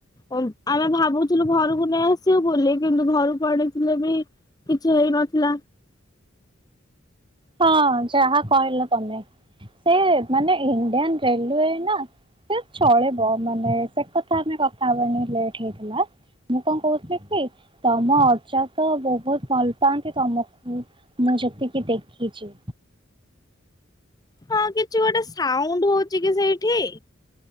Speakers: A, on the left; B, on the right.
A: ଆମେ ଭାବୁଛୁ। ଆଥିଲୁ ଘରକୁ ନେଇ ଆସିବୁ ବୋଲି କିନ୍ତୁ ଘରକୁ ଆଣିଥିଲେ ବି କିଛି ହେଇନଥିଲା।
B: ହଁ ଯାହା କହିଲ ତମେ ସେ ମାନେ ଇଣ୍ଡିଆନ ରେଲୱେ ନା ସେ ଚଳିବ ମାନେ ସେ କଥା ଆମେ କଥା ହବାନି ଲେଟ ହେଇଥିଲା। ମୁଁ କଣ କହୁଥିଲି କି ତମ ଅଜାତ ବହୁତ ଭଲ ପାଆନ୍ତି ତମକୁ ମୁଁ ଯେତିକି ଦେଖିଛି।
A: ହଁ କିଛି ଗୋଟେ ସାଉଣ୍ଡ ହଉଛି କି ସେଇଠି।